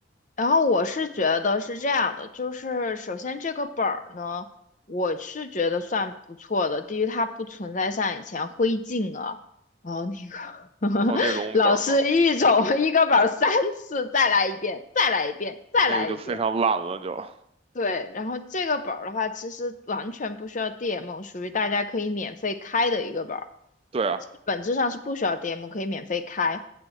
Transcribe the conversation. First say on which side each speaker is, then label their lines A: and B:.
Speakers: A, on the left; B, on the right.
A: 然后我是觉得是这样的，就是首先这个本儿呢，我是觉得算不错的。第一，它不存在像以前灰烬啊，然后那个 <laughs>
B: 哦，那种本儿嘛，
A: 老师一种一个本儿三次，再来一遍，再来一遍，再来一遍。
B: 那个就非常烂了，就
A: 对，然后这个本儿的话，其实完全不需要 DM，属于大家可以免费开的一个本儿，
B: 对啊，
A: 本质上是不需要 DM，可以免费开。